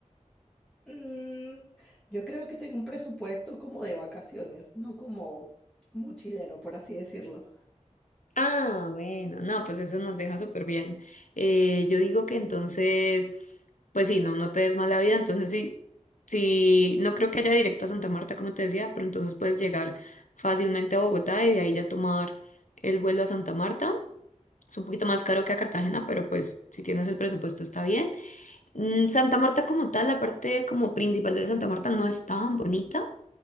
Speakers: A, in the centre; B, on the left (about 75°).
A: Mm, yo creo que tengo un presupuesto como de vacaciones, no como mochilero, por así decirlo.
B: Ah, bueno, no, pues eso nos deja súper bien. Eh, yo digo que entonces, pues sí, no, no te des mala vida, entonces sí, sí, no creo que haya directo a Santa Marta, como te decía, pero entonces puedes llegar fácilmente a Bogotá y de ahí ya tomar el vuelo a Santa Marta. Es un poquito más caro que a Cartagena, pero pues si tienes el presupuesto está bien. Mm, Santa Marta como tal, la parte como principal de Santa Marta no es tan bonita